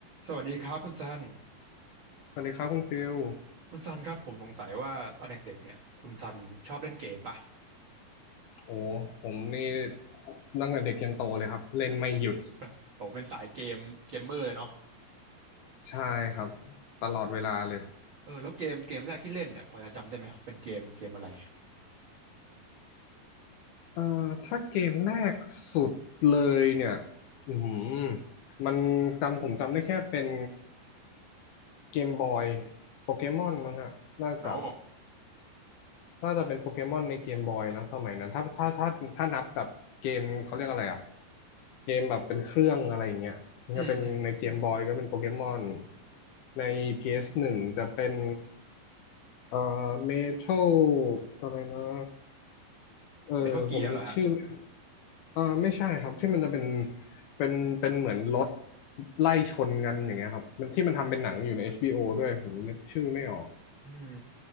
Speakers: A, on the right; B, on the left.
A: สวัสดีครับคุณซัน
B: สวัสดีครับคุณฟิล
A: คุณซันครับผมสงสัยว่าตอนเด็กๆเนี่ยคุณซันชอบเล่นเกมปะ
B: โอ้ผมนี่ตั้งแต่เด็กยันโตเลยครับเล่นไม่หยุด
A: <laughs> ผมเป็นสายเกมเกมเมอร์เลยเนาะ
B: ใช่ครับตลอดเวลาเลย
A: อ๋อเออแล้วเกมเกมแรกที่เล่นเนี่ยพอจะจำได้ไหมว่าเป็นเกมเกมอะไร
B: เอ่อถ้าเกมแรกสุดเลยเนี่ยอือหือมันจำผมจำได้แค่เป็นเกมบอยโปเกมอนมั้งฮะน่าจะ
A: อ๋อ
B: น่าจะเป็นโปเกมอนในเกมบอยนะสมัยนั้นถ้าถ้าถ้าถ้านับแบบเกมเขาเรียกอะไรอ่ะเกมแบบเป็นเครื่องอะไรอย่างเงี้ยมันก็เป็นในเกมบอยก็เป็นโปเกมอน
A: อืมอืม
B: ใน PS1 จะเป็นเอ่อเมทัลอะไรนะเออผมนึกชื่อไม่
A: เมทัลเกียร์เหรอฮะ
B: เอ่อไม่ใช่ครับที่มันจะเป็นเป็นเป็นเหมือนรถไล่ชนกันอย่างเงี้ยครับมันที่มันทำเป็นหนังอยู่ใน HBO ด้วยผมนึกชื่อไม่ออก
A: อืม